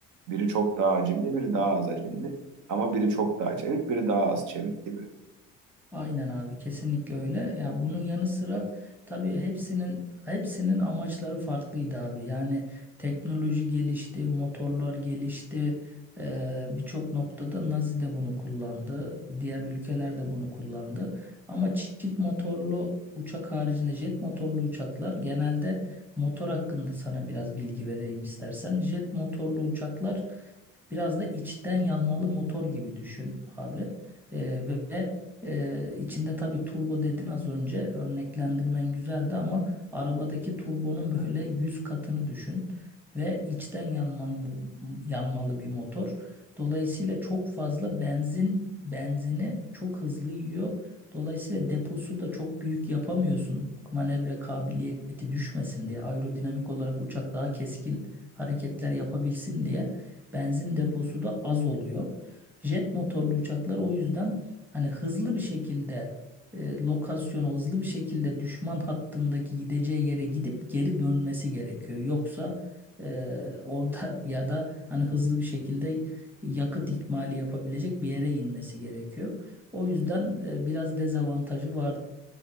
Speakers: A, on the right; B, in the centre.
A: Biri çok daha hacimli, biri daha az hacimli. Ama biri çok daha çevik, biri daha az çevik gibi.
B: Aynen abi kesinlikle öyle. Ya bunun yanı sıra tabii hepsinin hepsinin amaçları farklıydı abi. Yani teknoloji gelişti, motorlar gelişti. E, birçok noktada Nazi de bunu kullandı. Diğer ülkeler de bunu kullandı. Ama çift motorlu uçak haricinde jet motorlu uçaklar genelde motor hakkında sana biraz bilgi vereyim istersen. Jet motorlu uçaklar Biraz da içten yanmalı motor gibi düşün abi. Ee, ve e, içinde tabii turbo dedin az önce örneklendirmen güzeldi ama arabadaki turbonun böyle 100 katını düşün ve içten yanmanın bu yanmalı bir motor. Dolayısıyla çok fazla benzin benzini çok hızlı yiyor. Dolayısıyla deposu da çok büyük yapamıyorsun. Manevra kabiliyeti düşmesin diye aerodinamik olarak uçak daha keskin hareketler yapabilsin diye benzin deposu da az oluyor. Jet motorlu uçaklar o yüzden hani hızlı bir şekilde e, lokasyona hızlı bir şekilde düşman hattındaki gideceği yere gidip geri dönmesi gerekiyor. Yoksa e, <laughs> orada ya da hani hızlı bir şekilde yakıt ikmali yapabilecek bir yere inmesi gerekiyor. O yüzden e, biraz dezavantajı vardı